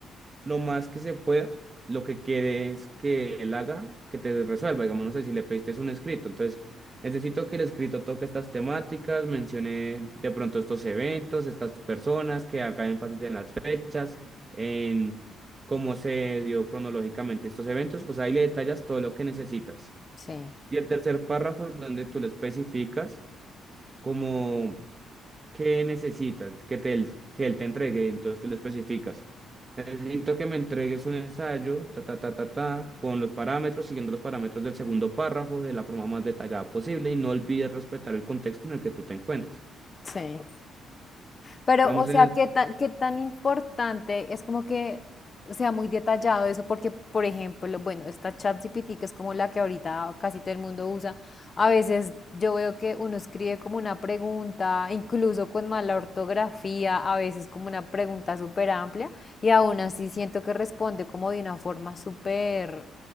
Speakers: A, on the right (about 30°); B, on the left (about 35°).
A: lo más que se pueda lo que quieres que él haga, que te resuelva. Digamos, no sé si le pediste es un escrito. Entonces, necesito que el escrito toque estas temáticas, mencione de pronto estos eventos, estas personas, que haga énfasis en las fechas, en cómo se dio cronológicamente estos eventos. O sea, ahí le detallas todo lo que necesitas.
B: sí,
A: Y el tercer párrafo es donde tú le especificas como ¿Qué necesitas? Que, te, que él te entregue, entonces tú lo especificas. Necesito que me entregues un ensayo, ta, ta, ta, ta, ta, con los parámetros, siguiendo los parámetros del segundo párrafo de la forma más detallada posible y no olvides respetar el contexto en el que tú te encuentres.
B: sí. Pero,
A: Digamos,
B: o sea,
A: en el-
B: ¿qué tan, qué tan importante es como que sea muy detallado eso? Porque, por ejemplo, bueno, esta ChatGPT, que es como la que ahorita casi todo el mundo usa, a veces yo veo que uno escribe como una pregunta, incluso con mala ortografía, a veces como una pregunta súper amplia, y aún así siento que responde como de una forma súper,